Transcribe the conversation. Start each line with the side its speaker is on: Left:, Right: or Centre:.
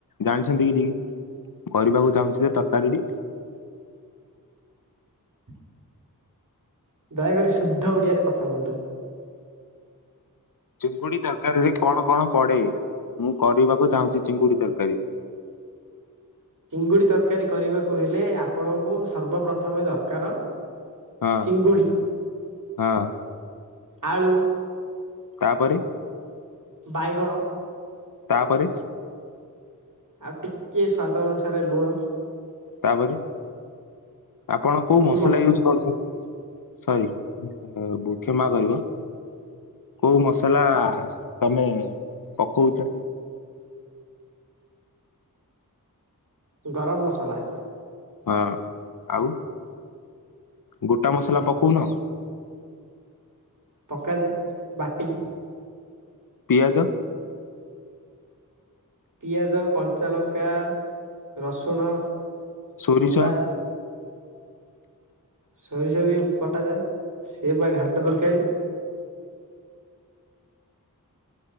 Left: ଜାଣିଛନ୍ତି କି ଟିକେ? କରିବାକୁ ଚାହୁଁଛି ଯେ ତରକାରି ଟି।
Right: <inaudible> ଦୟାକରି ଶୁଦ୍ଧ ଓଡି଼ଆରେ କଥା ହୁଅନ୍ତୁ।
Left: ଚିଙ୍ଗୁଡି ତରକାରି ରେ କଣ କଣ ପଡେ ମୁଁ କରିବାକୁ ଚାହୁଁଛି ଚିଙ୍ଗୁଡି ତରକାରି।
Right: ଚିଙ୍ଗୁଡି ତରକାରି କରିବାକୁ ହେଲେ ଆପଣଙ୍କୁ ସର୍ବପ୍ରଥମେ ଦରକାର
Left: ହଁ
Right: ଚିଙ୍ଗୁଡି,
Left: ହଁ
Right: ଆଳୁ
Left: ତାପରେ
Right: ବାଇଗଣ
Left: ତାପରେ
Right: ଆଉ ଟିକେ ସ୍ଵାଦ ଅନୁସାରେ ଲୁଣ।
Left: ତାପରେ ଆପଣ
Right: କିଛି
Left: କୋଉ ମସଲା
Right: ମସ
Left: ୟୁଜ୍ କରୁଛନ୍ତି? ସରି କ୍ଷମା କରିବ। କୋଉ ମସଲା ତମେ ପକଉଛ?
Right: ଗରମ ମସଲା।
Left: ହଁ ଆଉ। ଗୋଟା ମସଲା ପକଉନ?
Right: ପକାଯାଏ ବାଟିକି।
Left: ପିଆଜ
Right: ପିଆଜ କଞ୍ଚା ଲଙ୍କା ରସୁଣ
Left: ସୋରିଷ
Right: ଅଦା ସୋରିଷ ବି ବଟାଯାଏ ସିଏ ବା ଘାଣ୍ଟ ତରକାରି।